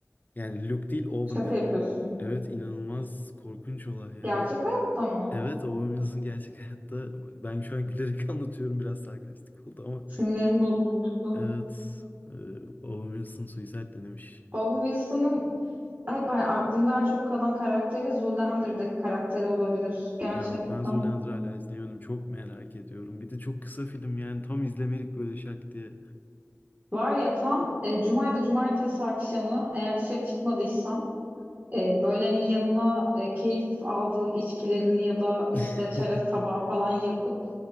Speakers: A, on the left; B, on the right.
A: Yani Luke değil Owen
B: Şaka
A: deniyor.
B: yapıyorsun.
A: Evet inanılmaz korkunç olay yani.
B: Gerçek hayatta mı?
A: Evet Owen Wilson gerçek <laughs> hayatta ben şu an gülerek <laughs> anlatıyorum biraz sarkastik oldu ama
B: Sinirlerim bozuldu.
A: evet e, Owen Wilson suicide denemiş.
B: Owen Wilson'ın hep hani aklımdan çok kalan karakteri Zoolander'daki karakteri olabilir. Gerçekten.
A: Ya ben Zoolander'ı hala izleyemedim. Çok merak ediyorum. Bir de çok kısa film yani tam izlemelik böyle şak diye.
B: Var ya tam e, cumaydı cumartesi akşamı eğer dışarı çıkmadıysam e, böyle hani yanına e, keyif aldığın içkilerini ya da işte
A: <laughs>
B: çerez tabağı falan yapıp